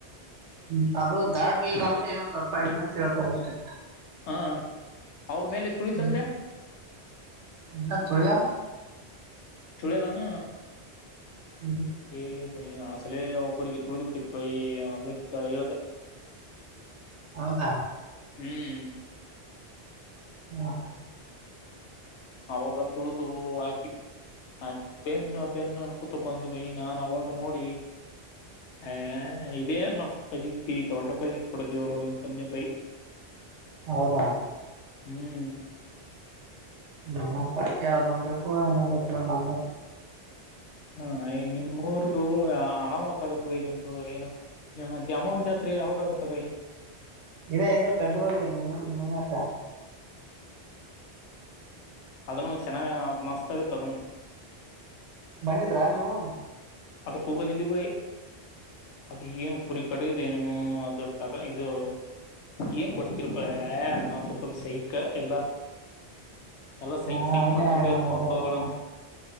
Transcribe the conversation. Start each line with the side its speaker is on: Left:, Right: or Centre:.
Right: ಹ್ಮ ಅದು ದಾಟ್ಲಿಲ್ಲ ಅಂದ್ರೆ ಏನೋ ತಪ್ಪಾಗಿದೆ ಅಂತ ಹೇಳ್ತಾರ ಅಷ್ಟೇ
Left: ಹಾ ಅವ್ರ ಮೇಲೆ ತುಳಿತಂದ್ರೆ
Right: ಹ್ಮ್ ಎಲ್ಲ ತುಳಿಯಲ್ಲ
Left: ಚುಳ್ಳದಾನ
Right: ಹ್ಮ್.
Left: ಹ ಪಯ ಆ ಸಲ ಒಬ್ಬ್ರಿಗೆ ತಿುಳ್ದ್ ಬಿಟ್ಟಿತ್ತು ಪಯ ಅದಕ್ಕ ಹೇಳ್ದ
Right: ಹೌದಾ
Left: ಹ್ಮ್
Right: ಹಾ ಹಾ
Left: ಅವಾಗ ತುಳದುು ಹಾಕ ಆೆ ಬೆನ್ನು ಬೆನ್ನುನ್ನ ಕೂತ ಬಂದ್ ಬ ನಾನು ಅವಾಗ ನೋಡಿ ಹ ಇದೇ ನ ಪತಿ ತೋಟಪಚಿತ್ಪಡದವರ ತಂದಿ ಭೈ
Right: ಹೌದಾ
Left: ಹ್ಮ್
Right: ನನಪ್ಪಾ ಯಾವ್ದ ನಮಬೇಕು ಏನ ಗೊತ್ತರ ನನ್ ಗಂಟ
Left: ಹಾ ಯ ನಿಮ್ ಊರದು ಆರಾಮ್ ಗೋ ತ್ತಾಗತ್ ನಿಮ್ದು ಏನು ದ್ಯಾಮವ್ವನ ಜಾತ್ರಿ ಯಾವಗ ಆಗುತ್ತ ಬೈ.
Right: ಇದೇ ಇದೆ ಫೆಬ್ರವರಿಯಲ್ಲಿ ಮುಂದಿನ ವರ್ಷ
Left: ಅದನು ಚೆನ್ನಾಗ ಮಸ್ತ್ ಆಗತ್ ಅದನು.
Right: ಬಂದಿದ್ರಾ ನೀವು.
Left: ಅದಕ್ಕೂ ಬಂದಿದ್ದೀ ಬೈಯ ಅದ ಏನು ಕುರಿ ಕಡಿದೇನು ಅ ದೋಟ್ಟಾಗ ಇದು ಏನ್ ಕುಡಿತರ್ಪ ನಾ ತುಪ್ಪದ ಸಹಿಕ ಎಲ್ಲಾ ಎಲ್ಲಾ ಸೈಕ್-
Right: ಹಾ
Left: ಸೈಕ್
Right: ಹಂಗೆ
Left: ಮಾಡ್ತರ
Right: ನೋಡಿ
Left: ಪೈ
Right: ನಾವು
Left: ನೀವು
Right: ಊರಲ್ಲಿ
Left: ಹಬ್ಬಗಳನ್ನು
Right: ಎಲ್ಲ